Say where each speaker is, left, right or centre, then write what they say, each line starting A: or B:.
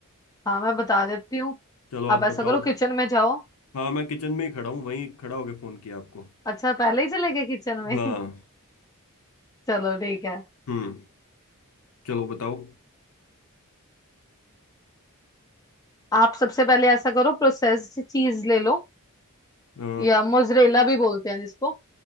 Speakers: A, on the left; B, on the left.
A: हाँ मैं बता देती हूँ
B: चलो
A: आप
B: आप
A: ऐसा
B: बताओ
A: करो किचन में जाओ
B: हाँ मैं किचन में ही खड़ा हूँ वहीं खड़ा होके फ़ोन किया आपको
A: अच्छा पहले ही चले गए किचन में
B: हाँ
A: <laughs> चलो ठीक है
B: हम्म चलो बताओ
A: आप सबसे पहले ऐसा करो प्रोसेस्ड चीज ले लो
B: अ,
A: या मोजरेला भी बोलते हैं जिसको